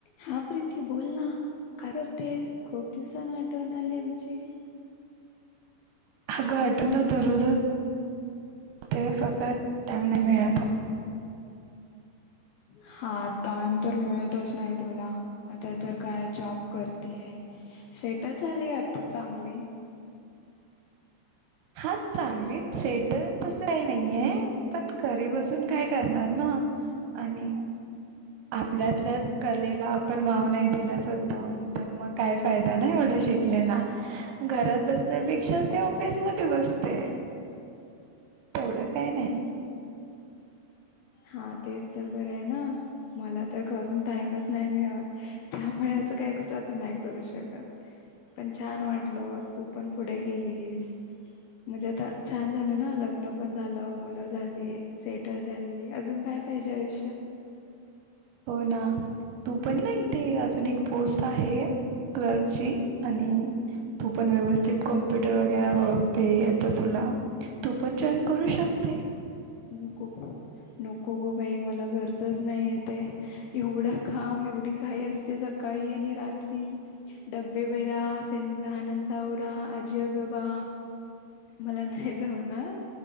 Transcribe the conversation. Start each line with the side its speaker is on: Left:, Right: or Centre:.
Left: हा <unintelligible> ती बोल ना काय करतेस खूप दिवसानी आठवण आली आमची.
Right: अग आठवण तर दररज ते फक्त टाइम नाय मिळत.
Left: हा टाइम तर मिळतच नाही तुला आता तर काय जॉब करतेय. सेटल झाली अर तू चांगली.
Right: हा चांगली
Left: तरी
Right: सेटल
Left: बसून
Right: तस काही नाहीये पण घरी बसून काय करणार ना आणि... आपल्यातल्याच कलेला आपण वाव नाही दिला स्वतहून तर मग काय फायदा नाही एढ्या शिकलेला घरात बसण्यापेक्षा ते ऑफिस मध्ये बसते. तेवढं काही नाही.
Left: हा तेच तर बरे आहे ना मला तर घरून टाइमच नाही मिळत त्यामुळे काही एक्स्ट्राच नाही करू शकत. पण छान वाटल तू पण पुढे गेलीस. म्हणजे आता छान झालं ना लग्न पण झालं मुलं झाली सेटल झाली. अजून काय पाहिजे आयुष्यात?
Right: हो ना तू पण ना इथे अजून एक पोस्ट आहे क्लर्कची आणि.. तू पण व्यवस्थित कॉम्प्युटर वगैरे ओळखते येत तुला. तू पण जॉईन करू शकते.
Left: नको नको ग बाई मला गरजच नाही येते एवढं काम एवढी घाई असते सकाळी आणि रात्री डबे भैरा त्यां लहनांच आवरा. जेजोबा मला नाही जमणार